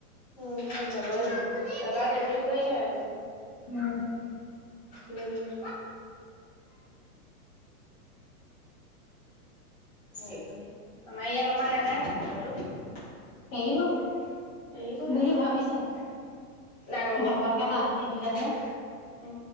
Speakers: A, on the left; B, on the left.
A: উম উম যাবই লাগিব এবাৰ <unintelligible> লেটিন কৰিলে
B: উম
A: লদম <unintelligible> স আমাৰ ইয়াত অকণমান ৰেঙা <unintelligible> আছে বতৰটো
B: এৰিব এইব <unintelligible>
A: এৰিবগে
B: বুলি ভাবিছো
A: ডাঙৰ বৰষুণ
B: ডবলকে
A: হলে
B: তাতো
A: উ
B: দি দিলে যে